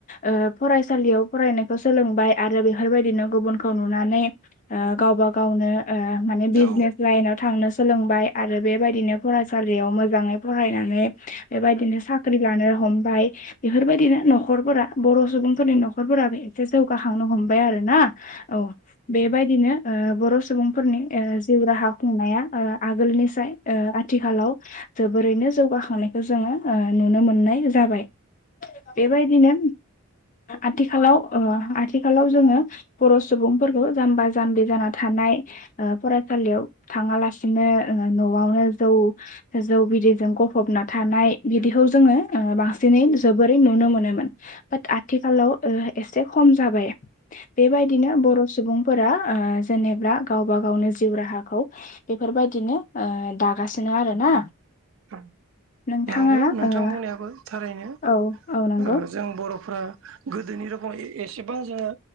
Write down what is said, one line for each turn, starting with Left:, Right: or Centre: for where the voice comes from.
Left: ओ फरायसालियाव फरायनायखौ सोलोंबाय आरो बेवहाय बेबायदिनो गुबुनखौ नुनानै ओ गाव गावनो ओ माने बिजनेस
Right: औ
Left: लाइनाव थांनो सोलोंबाय आरो बेबायदिनो फरायसालियाव मोजाङै फरायनानै बेबायदिनो साख्रि लानो हमबाय बेफोरबायदिनो न'खरफोरा बर' सुबुंफोरनि न'खरफोराबो एसे जौगाखांनो हमबाय आरो ना औ बेबायदिनो ओ बर' सुबुंफोरनि ओ जिउ राहा खुंनाया ओ आगोलनिसाय ओ आथिखालाव जोबोरैनो जौगाखांनायखौ जोङो ओ नुनो मोननाय जाबाय बेबायदिनो आथिखालाव ओ आथिखालाव जोङो बर' सुबुंफोरखौ जाम्बा जाम्बि जाना था नाय ओ फरायसालियाव थाङालासे बिदिनो न'आवनो जौ जौ बिदैजों गफबना थानाय बिदिखौ जोङो बांसिनै जोबोरै नुनो मोनोमोन बाट आथिखालाव ओ एसे खम जाबाय बेबायदिनो बर' सुबुंफोरा ओ जेनेबा गावबा गावनो जिउ राहाखौ बेफोरबायदिनो ओ दागासिनो आरो ना
Right: औ
Left: नोंथाङा
Right: नंगौ नोंथां
Left: ओ
Right: बुंनायाबो थारैनो
Left: औ औ नोंगौ
Right: ओ जों बर'फ्रा गोदोनि रखम एसेबां जोङो